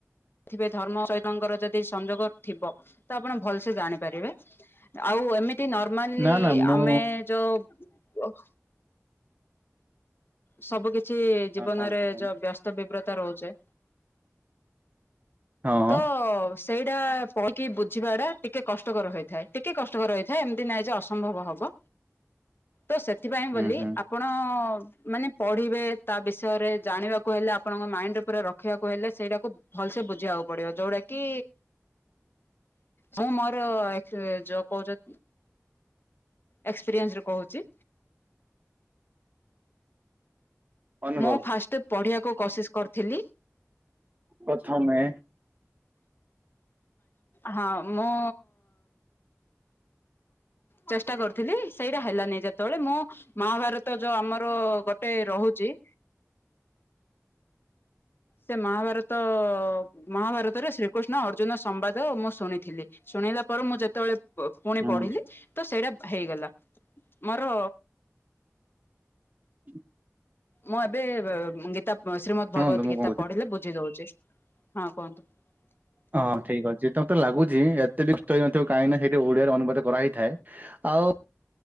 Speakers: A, on the left; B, on the right.
A: ଥିବେ ଧର୍ମ ସହିତଙ୍କର ଯଦି ସଂଯୋଗ ଥିବ ତ ଆପଣ ଭଲସେ ଜାଣିଥେ ଆଉ ଏମିତି ନର୍ମାଲି
B: ନା ନା ମୁଁ
A: ଆମେ ଯୋଉ ସବୁ କିଛି ଜୀବନରେ
B: ହଁ କୁହନ୍ତୁ କୁହନ୍ତୁ
A: ଯୋଉ ବ୍ୟସ୍ତ ବିବ୍ରତା ରହୁଛେ
B: ହଁ ହଁ
A: ତ ସେଇଟା ପକି ବୁଝିବା ଟା ଟିକେ କଷ୍ଟକର ହେଇଥା ଟିକେ କଷ୍ଟକର ରହିଥାଏ ଏମିତି ନହିଁ ଯେ ଅସମ୍ଭବ ହବ ତ ସେଥିପାଇଁ
B: ହୁଁ
A: ବୋଲି
B: ହୁଁ।
A: ଆପଣ ନଅ ମାନେ ପଢିବେ ତା ବିଷୟରେ ଜାଣିବାକୁ ହେଲେ ଆପଣଙ୍କ ମାଇଣ୍ଡ ପୁରା ରଖିବାକୁ ହେଲେ ସେଇଟାକୁ ଭଲସ ବୁଝିବାକୁ ପଡିବ ଯୋଉଟା କି ହଁ ମୋର ଯ କହୁଛ ଏକ୍ସପିରିଏନ୍ସରେ କହୁଛି
B: ଅନୁଭବ
A: ମୁଁ ଫାଷ୍ଟ ପଢିବାକୁ କସିିସ କରିଥିଲି
B: ପ୍ରଥମେ
A: ହଁ ମୁଁ ଚେଷ୍ଟା କରିଥିଲି ସେଇଟା ହେଲାନି ଯେତେବେଳେ ମୁଁ ମହାଭାରତ ଯୋଉ ଆମର ଗୋଟେ ହଉଛି ସେ ମହାଭାରତ ମହାଭାରତରେ ଶ୍ରୀ କୃଷ୍ଣ ଅର୍ଜୁନ ସମ୍ବାଦ ମୁଁ ଶୁଣିଥିଲି ଶୁଣିଲା ପରେ ମୁଁ ଯେତେବେଳେ ପୁଣି
B: ହୁଁ
A: ପଢିଲି ତ ସେଇଟା ହେଇଗଲା ମୋର
B: ହଁ
A: ମୁଁ ଏବେ ଗୀତା ଶ୍ରୀମଦ୍
B: ଶୁଣନ୍ତୁ
A: ଭଗବତୀ
B: ମୁଁ
A: ଗୀତା
B: କଣ କହୁଛି
A: ପଢିଲେ ବୁଝି ଦଉଛି ହଁ କୁହନ୍ତୁ <inaudible>
B: ହଁ ଠିକ୍ ଅଛି ତମତେ ଲାଗୁଛି ଏତେ ବି ଷ୍ଟୋଇ ନଥିବ କାହିଁକି ନା ସେଇଠି ଓଡିଆରେ ଅନୁବାଦ କରା ହେଇଥାଏ ଆଉ